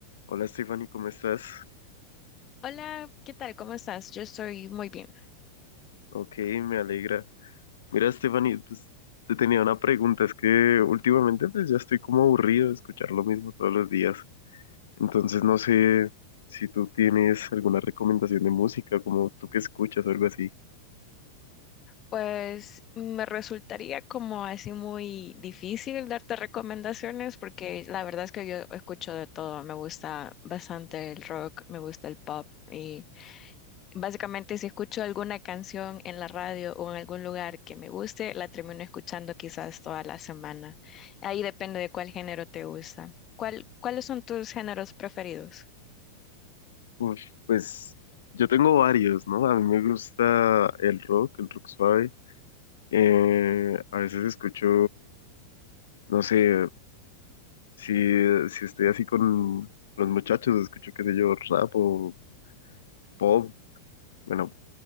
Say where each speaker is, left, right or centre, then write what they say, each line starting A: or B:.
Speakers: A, on the left; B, on the left.
A: Hola Stephanie, ¿cómo estás?
B: Hola, ¿qué tal? ¿Cómo estás? Yo estoy muy bien.
A: Ok, me alegra. Mira Stephanie, pues te tenía una pregunta, es que últimamente pues ya estoy como aburrido de escuchar lo mismo todos los días, entonces no sé si tú tienes alguna recomendación de música, como tú que escuchas o algo así.
B: Pues me resultaría como así muy difícil darte recomendaciones porque la verdad es que yo escucho de todo. Me gusta bastante el rock, me gusta el pop y básicamente si escucho alguna canción en la radio o en algún lugar que me guste, la termino escuchando quizás toda la semana. Ahí depende de cuál género te gusta. ¿Cuál, cuáles son tus géneros preferidos?
A: Uf, pues yo tengo varios, ¿no? A mí me gusta el rock, el rock suave, eh, a veces escucho, no sé, si, si estoy así con los muchachos, escucho qué sé yo, rap o... pop Bueno,